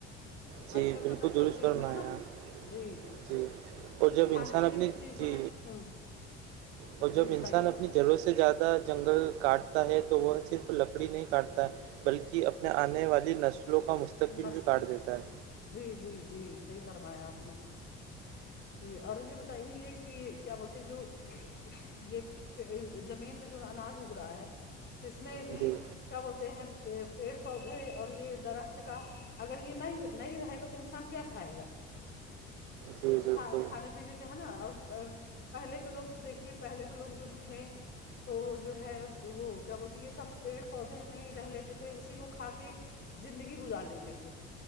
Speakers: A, on the right (about 80°); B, on the left (about 35°).
A: جی
B: آج کل
A: بالکل
B: مطلب سب
A: درست
B: چیز
A: کرنا
B: میں ہے نا
A: ار
B: جی
A: جی اور جب
B: کھانے
A: انسان
B: پینے
A: اپنی
B: کی چیزوں
A: جی
B: میں ہ
A: اور جب
B: جی بتائیے
A: انسان اپنی جروں سے زیادہ جنگل کاٹتا ہے تو وہ صرف لکڑی نہیں کاٹتا ہے بلکہ اپنے آنے والی نسلوں کا مستقبل
B: مست
A: بھی کاٹ دیتا ہے
B: جی جی جی صحیح فرمایا آپ نے جی اور یہ بتائی ہوئی ہے کہ کیا بولتے جو یہ زمین میں جو اناج اگ رہا ہے اس میں بھی
A: جی
B: کیا بولتے ہیں پیڑ پودے اور یہ درخت کا اگر یہ نہیں نہیں رہے گا تو انسان کیا کھائے گا
A: جی بالکل
B: ہاں کھانے پینے کا ہے نا اور پہلے کے لوگ دیکھیے پہلے کے لوگ جو تھے تو جو ہے وہ کیا بولتی یہ سب پیڑ پودے میں ہی رہ لیتے تھے اسی کو کھا کے زندگی گزار لیتے تھے